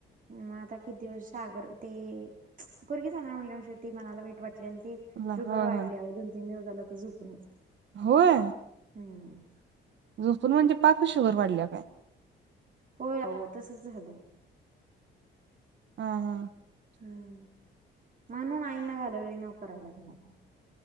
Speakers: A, on the right; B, on the right.
A: मग आता किती दिवस सागर ते पोरगी जाणार म्हणले शवटी मनाला वाईट वाटलेल ते.
B: ल-
A: शुगर
B: होय
A: वाढल्या,
B: होय
A: दोन तीन दिवस झाल तर झोपूनचे.
B: होय.
A: हम्म.
B: झोपून म्हणजे पाकच शुगर वाढल्या काय?
A: हो हो तसंच झालंय.
B: हा हा.
A: हम् म्हणून आईंना घालवली नवकरायला घरातलं.